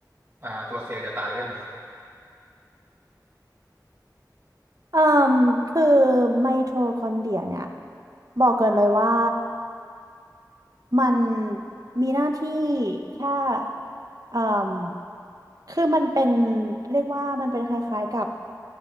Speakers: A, on the right; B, on the right.
A: อ่าตัวเซลล์จะตายด้วยไหม
B: เอ่มคือไมโทคอนเดรียเนี่ยบอกเกินเลยว่ามันมีหน้าที่แค่เอ่มคือมันเป็นเรียกว่ามันเป็นคล้ายๆกับ